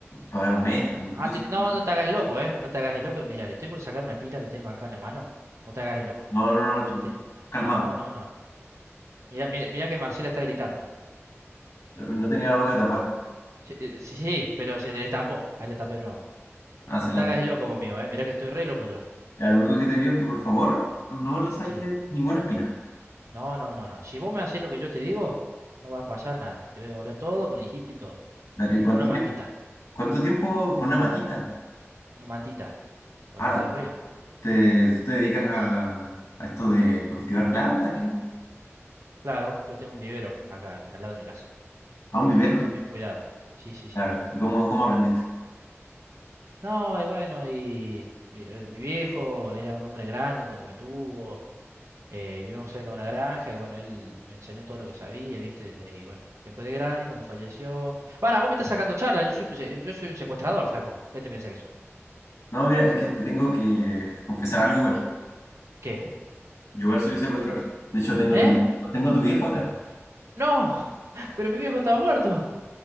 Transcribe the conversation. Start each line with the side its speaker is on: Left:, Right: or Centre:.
Left: pagar
Right: claro.
Left: un médico,
Right: ya. Ah,
Left: todo eso.
Right: te- no, no te hagas el loco, ¿eh? No te hagas el loco. Mira, le estoy por sacar una espira, la tengo acá en la mano. No te hagas el loco.
Left: No, no, no,
Right: ¿Escuchaste?
Left: no, calmado.
Right: No, no, no. Mira, mira, mira que Marcela está gritando.
Left: No tenía la boca tapada.
Right: Sí, eh, sí, sí, pero se le destapó. Ahí le tapé de nuevo.
Left: Hace
Right: No
Left: la
Right: te hagas el loco conmigo, ¿eh? Mira que estoy re loco yo.
Left: Ya, lo único que te digo es que por favor no le saques
Right: Sí.
Left: ninguna espina.
Right: No, no, no, no. Si vos me haces lo que yo te digo, no va a pasar nada. Te voy a devolver todo con hijito y todo.
Left: Dale,
Right: Y
Left: ¿cuánto
Right: con una mantita.
Left: tiempo? ¿Cuánto tiempo con una matita?
Right: Una mantita. Para
Left: Ah,
Right: que no tenga frío.
Left: ¿te, tú te dedicas a, a esto de cultivar plantas? ¿Qué?
Right: Claro, yo tengo un vivero acá en- al lado de mi casa.
Left: A un
Right: Entonces
Left: vivero.
Right: también
Left: ¿qué?
Right: cuidada. Sí, sí, sí.
Left: Claro. ¿Y cómo, cómo aprendiste?
Right: No, y bueno, y mi, eh, mi viejo era un hombre grande cuando me tuvo. eh, y vivimos cerca de una granja. Y bueno, él me enseñó todo lo que sabía, ¿viste? Y bueno, después de grande, cuando falleció. Para, vos me estás sacando charla. Yo soy, tu se- yo soy un secuestrador, flaco. ¿Qué te piensas que soy?
Left: No, mira, es que te tengo que confesar algo igual.
Right: ¿Qué?
Left: Yo igual soy secuestrador. De hecho, tengo
Right: ¿Eh?
Left: tu, vi- tengo tu viejo acá.
Right: No, pero mi viejo estaba muerto.